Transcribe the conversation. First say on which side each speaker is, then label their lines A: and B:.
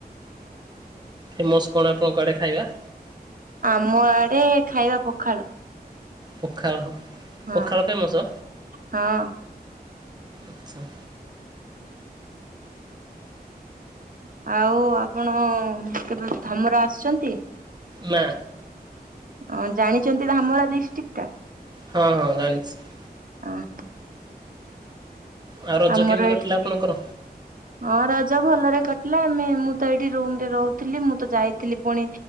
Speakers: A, on the right; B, on the right.
A: ଫେମସ କଣ ଆପଣଙ୍କ ଆଡେ ଖାଇବା?
B: ଆମ ଆଡେ ଖାଇବା ପଖାଳ।
A: ପଖାଳ
B: ହଁ
A: ପଖାଳ ଫେମସ
B: ହଁ।
A: ଆଛା।
B: ଆଉ ଆପଣ କେବେ ଧାମରା ଆସିଛନ୍ତି?
A: ନା।
B: ହଁ ଜାଣିଚନ୍ତି ଧାମରା ଡିଷ୍ଟ୍ରିକ୍ଟ ଟା?
A: ହଁ ହଁ ଜାଣିଛି।
B: ଓହୋ।
A: ଆଉ ରଜ
B: ଆମର
A: କେମିତି କଟିଲା
B: ଏଠି
A: ଆପଣଙ୍କର?
B: ହଁ ରଜ ଭଲରେ କଟିଲା ଆମେ ମୁଁ ତ ଏଇଠି ରୁମରେ ରହୁଥିଲି ମୁଁ ତ ଯାଇଥିଲି ପୁଣି